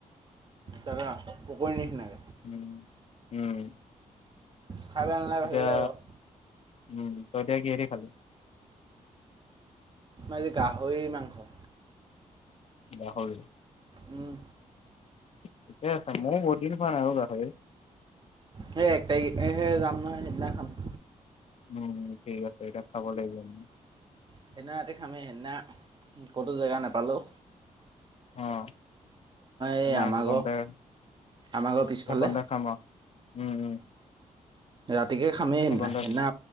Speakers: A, on the right; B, on the left.
A: দাদা উপৰি নিচি নাই।
B: উম উম।
A: খাই বেয়া নালাগে
B: এতিয়া
A: ভালে লাগে বাৰু
B: উম ত' এতিয়া কি হেদি খালি?
A: আজি গাহৰিৰ মাংস।
B: গাহৰি।
A: উম।
B: ঠিকে আছে মইও বহুতদিন খোৱা নাই আও গাহৰি।
A: সেই এক তাৰিখ সে যাম নহয় সেইদিনা খাম।
B: উম, ঠিক আছে এতিয়া খাব লাগিব আমি।
A: সেইদিনা ৰাতি খামেই সেইদিনা ক'তো জেগা নাপালোঁ
B: অহ
A: এই
B: আমাই
A: আমাৰ
B: সেইকনতে-
A: ঘৰ আমাৰ ঘৰৰ পিছফালে
B: সেইকনতে খাম আও। উম -উম।
A: ৰাতিকে খামেই
B: সেইকণতে
A: সেদনা- সেদনা